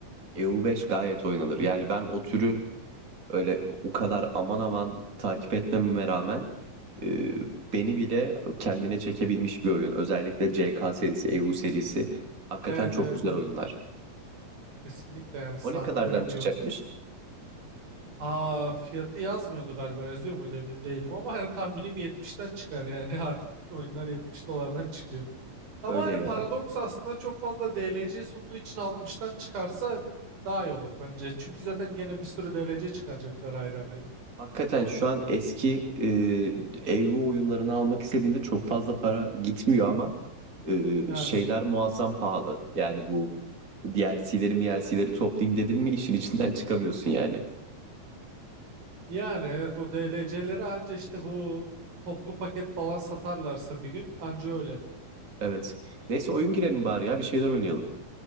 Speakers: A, on the right; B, on the right.
A: EU5 gayet oynanır. Yani ben o türü öyle o kadar aman aman takip etmememe rağmen e, beni bile kendine çekebilmiş bir oyun. Özellikle CK serisi, EU serisi hakikaten
B: Evet
A: çok
B: evet
A: güzel
B: evet.
A: oyunlar.
B: Kesinlikle yani saatlerimi
A: O ne kadardan çıkacakmış?
B: gömdüm. Aa fiyatı yazmıyordu galiba yazıyor muydu emin değilim ama <laughs> yani tahminim 70'ten çıkar yani <laughs> artık bütün oyunlar 70 dolardan çıkıyor. Ama
A: Öyle
B: hani
A: ya.
B: paradoks aslında çok fazla DLC sunduğu için 60'tan çıkarsa daha iyi olur bence. Çünkü zaten gene bir sürü DLC çıkaracaklar ayrı ayrı.
A: Hakikaten şu an eski e, ev oyunlarını almak istediğinde çok fazla para gitmiyor ama e,
B: Yani
A: şeyler muazzam pahalı. Yani bu DLC'leri MLC'leri toplayayım dedin mi işin içinden çıkamıyorsun yani.
B: yani evet o DLC'leri anca işte bu toplu paket falan satarlarsa bir gün anca öyle.
A: Evet. Neyse oyun girelim bari ya bir şeyler oynayalım.